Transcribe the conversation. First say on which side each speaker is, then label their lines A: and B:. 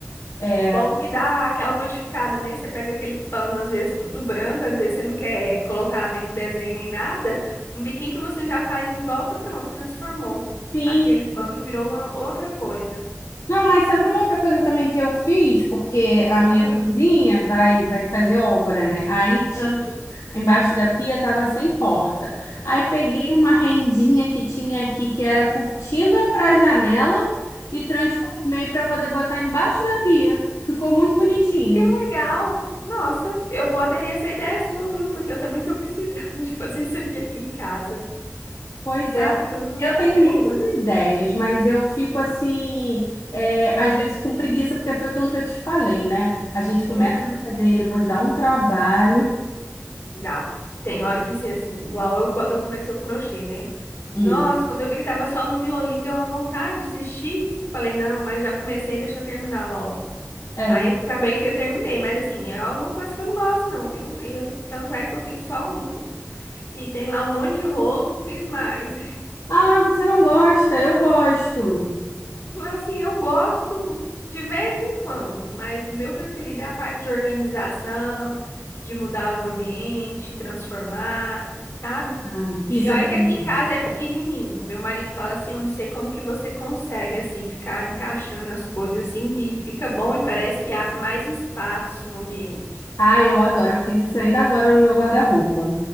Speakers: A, on the left; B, on the left.
A: É,
B: Bom que dá aquela modificada, né? Você pega aquele pano, às vezes tudo branco, às vezes você não quer colocar nenhum desenho nem nada. Um biquinho que você já faz em volta, pronto, transformou.
A: sim.
B: Aquele pano virou uma outra coisa.
A: Não, aí sabe uma outra coisa também que eu fiz, porque a minha
B: Ah,
A: cozinha vai, vai fazer obra, né? Aí tinha,
B: ah.
A: embaixo da pia tava sem porta. Aí peguei
B: Uhum.
A: uma rendinha que tinha aqui, que era cortina para janela, e transformei para poder botar embaixo da pia. Ficou muito bonitinho.
B: Que legal! Nossa, eu vou aderir a essa ideia sua, viu? Porque eu também tô precisando <laughs> de fazer isso aqui aqui em casa.
A: Pois
B: Bacana.
A: é. Eu tenho
B: Prima.
A: muitas ideias, mas eu fico assim, é, às
B: Ah,
A: vezes com preguiça, porque foi aquilo que eu te falei, né? A gente começa
B: Uhum.
A: a fazer e depois dá um trabalho.
B: Dá. Tem hora que ser assim, igual eu quando eu comecei o crochê, né?
A: Hum.
B: Nossa, quando eu vi que tava só no miolinho, deu uma vontade de desistir. Falei, não, mas já comecei, deixa eu terminar logo.
A: É
B: Aí
A: ver-
B: acabei que eu terminei, mas assim, é alguma coisa que eu não gosto, não, viu? E eu- tanto é que eu fiz só um e tem lá um monte de rolo, fiz mais.
A: Ah, você não gosta? Eu gosto.
B: Assim, eu gosto de vez em quando, mas o meu preferido é a parte de organização, de mudar o ambiente, transformar, sabe?
A: Ah, Isso,
B: E olha
A: eu também
B: que aqui em
A: gosto.
B: casa é pequenininho. Meu marido fala assim, eu não sei como que você consegue assim ficar encaixando as coisas assim e fica bom e parece que abre mais espaço no ambiente.
A: Ah, eu adoro. Eu fiz isso ainda agora no meu guarda-roupa.